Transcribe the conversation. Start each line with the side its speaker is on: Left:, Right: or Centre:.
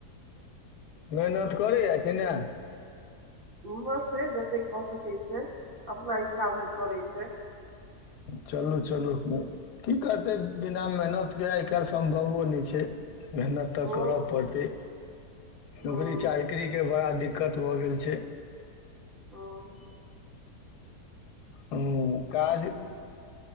Left: मेहनत करै य कि नै
Right: हिम्मत सँ जतेक कऽ सकै छै अपना इच्छा भरि करै छै
Left: चलू चलू की करतै बिना मेहनत के आइ काल्हि सम्भवो नइ छै मेहनत तऽ
Right: हूँ
Left: करय पड़तै नौकरी
Right: हूँ
Left: चाकरी के बड़ा दिक्कत भऽ गेल छै <inaudible>
Right: हूँ
Left: हूँ काज